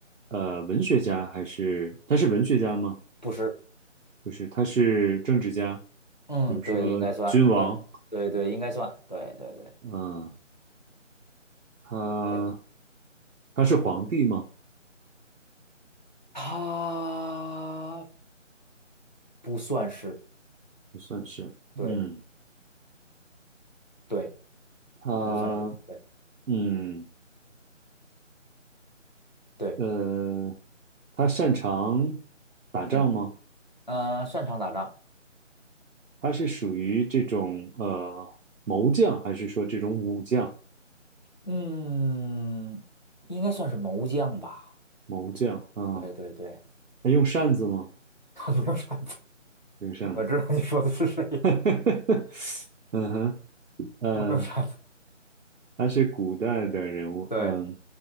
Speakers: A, on the right; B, on the left.
A: 呃，文学家还是他是文学家吗？
B: 不是，
A: 不是，他是政治家，
B: 嗯，
A: 比如说君王，
B: 对，应该算，对对对，应该算，对对对
A: 嗯、他
B: 对，
A: 他是皇帝吗？
B: 他不算是，
A: 不算是，
B: 对
A: 嗯，
B: 对，
A: 他，
B: 他不算是，对
A: 嗯，
B: 对，
A: 呃，他擅长打仗吗？
B: 嗯嗯、呃擅长打仗，
A: 他是属于这种呃谋将，还是说这种武将？
B: 嗯，应该算是谋将吧。
A: 谋将，啊，
B: 对对对，
A: 他用扇子吗？
B: 他没有杀子，
A: 用扇子。
B: <laughs> 我知道你说的是谁，
A: <laughs> 嗯哼，嗯，
B: 他没有杀子。
A: 他是古代的人物，
B: 对
A: 嗯，